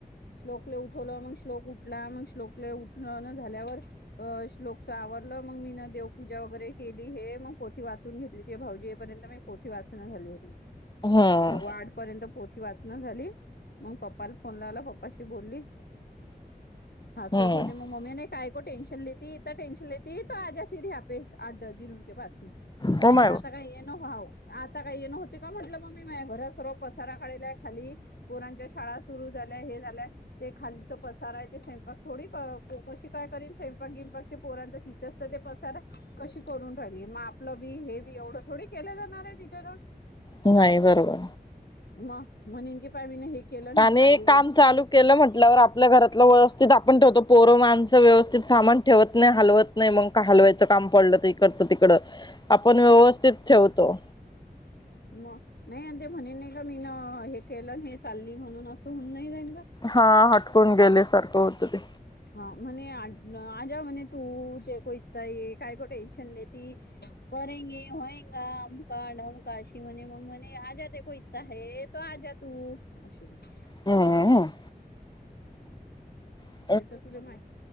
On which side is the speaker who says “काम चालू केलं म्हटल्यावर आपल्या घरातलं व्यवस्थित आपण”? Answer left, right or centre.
Left